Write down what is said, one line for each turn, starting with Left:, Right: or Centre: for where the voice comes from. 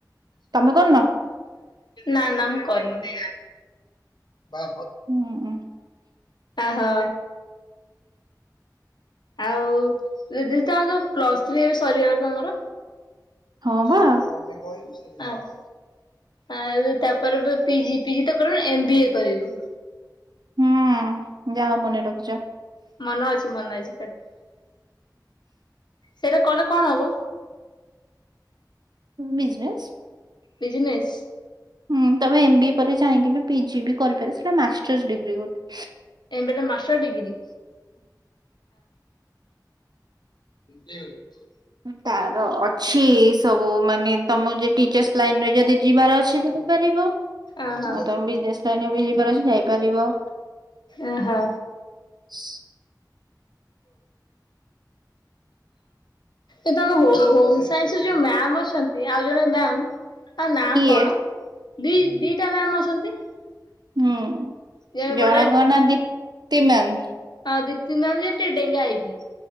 Right: ତମେ କରୁନ?
Left: ନା ନା ମୁଁ କରିନି। ଓ
Right: ହୁଁ
Left: ହୋ। ଆଉ ଦିଦି ତମର ତ ପ୍ଲସ୍ ଥ୍ରୀ ଏବେ ସରିଗଲା ତମର?
Right: ହଁ
Left: ଯେବେ
Right: ବା
Left: ନ ପାଇଁ ସେ ଆଉ। ଆଉ ତାପରେ ପିଜି ପିଜି ତ କରିବ ଏମବ ଏ କରିବୁ।
Right: ହୁଁ। ଯାହା ହଉ ମନେ ରଖିଛ।
Left: ମନେ ଅଛି ମନେ ଅଛି। ସେଟା କଲେ କଣ ହବ?
Right: ବିଜ୍ନେସ।
Left: ବିଜନେସ୍?
Right: ହୁଁ, ତମେ ଏମ ବି ଏ ପରେ ଚାହିଁକି ପିଜି ବି କରିପାରିବ ସେଟା ମାଷ୍ଟର୍ସ ଡିଗ୍ରୀି ଗୋଟେ।
Left: ଏମ ବିଏ ଟା ମାଷ୍ଟର ଡିଗ୍ରୀ? ଦେବରି <inaudible>
Right: ହୁଁ ତାର ଅଛି ସ୍ ସବୁ ମାନେ ତମକୁ ଯଦି ଟିଚର୍ସ ଲାଇନରେ ଯଦି ଯିବାର ଅଛି ଯାଇପାରିବ।
Left: ଓହୋ।
Right: ଆଉ ତମେ ବି ଜିନେସ୍ ବି ଯିବାର ଅଛି ଯାଇପାରିବ।
Left: ଓଃହ।
Right: <inaudible> ଆ <inaudible>
Left: ଏ ତମ ହୋ-ହୋମ ସାଇନ୍ସ ର ଯୋଉ ମ୍ୟାାମ୍ ଅଛନ୍ତି ଆଉ ଜଣେ ମ୍ୟାାମ୍ ତାଙ୍କ ନାଁ
Right: କିଏ
Left: କଣ, ଦି ଦିଟା ମ୍ୟାାମ ଅଛନ୍ତି।
Right: ହୁଁ
Left: ଯେ ଗୋଟା
Right: ଜଣଙ୍କ ନାଁ ଦୀପ୍ତି ମ୍ୟାମ୍।
Left: ହଁ ଦୀପ୍ତି ମ୍ୟାମ୍ ଯିଏ ଟିକେ ଡେଙ୍ଗା ହେଇକି।